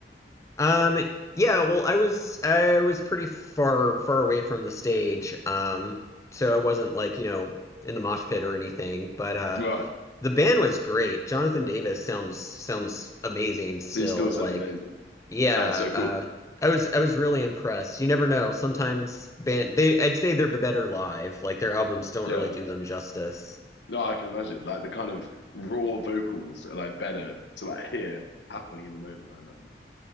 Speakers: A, on the left; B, on the left.
A: Um, yeah, well, I was I was pretty far far away from the stage. Um, so I wasn't like, you know, in the mosh pit or anything, but uh
B: right?
A: The band was great. Jonathan Davis sounds sounds amazing still.
B: So you still sound
A: Like,
B: amazing.
A: yeah,
B: That's so cool.
A: uh, I was I was really impressed. You never know. Sometimes band they I'd say they're better live. Like their albums don't
B: Yeah,
A: really do them justice.
B: no, I can imagine like the kind of raw vocals are like better to like hear happening in the moment. I imagine.